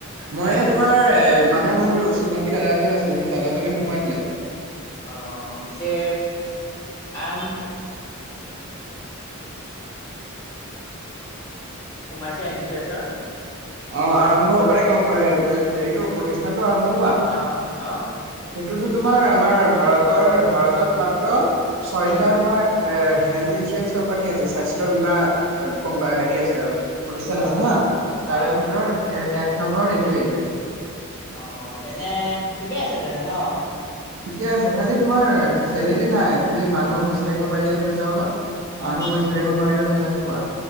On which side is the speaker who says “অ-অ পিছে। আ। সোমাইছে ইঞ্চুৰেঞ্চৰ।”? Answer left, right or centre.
Left